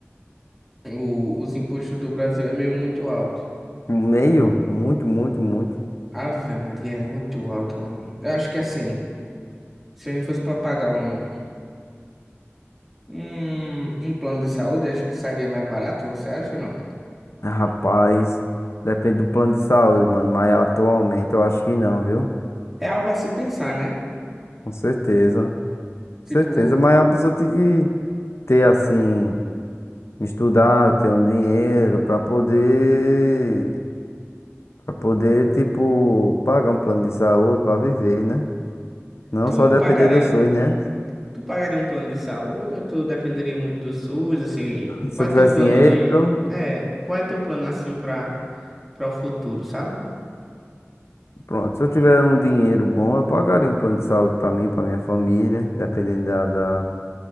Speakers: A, in the centre; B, on the left.
A: o- os impostos do Brasil é meio muito alto.
B: Um meio? Muito, muito, muito.
A: Ave Maria, é muito alto, mano. Eu acho que assim, se a gente fosse pra pagar um, um, um plano de saúde, acho que sairia mais barato, você acha ou não?
B: Ah, Rapaz, depende do plano de saúde, mano. Mas atualmente eu acho que não, viu?
A: É algo a se pensar, né?
B: Com certeza.
A: Tipo,
B: Certeza, mas a pessoa tem que ter assim, estudar, ter um dinheiro pra poder, para poder, tipo, pagar um plano de saúde pra viver, né? Não
A: tu
B: só depender
A: pagaria.
B: do SUS, né?
A: Tu pagaria um plano de saúde ou tu dependeria muito do SUS, assim,
B: Se
A: qual
B: eu
A: é
B: tivesse
A: teu plano
B: dinheiro,
A: de... É, qual é teu plano, assim, pra, pra o futuro, sabe?
B: pronto. Se eu tiver um dinheiro bom, eu pagaria um plano de saúde pra mim, pra minha família, dependendo da, da-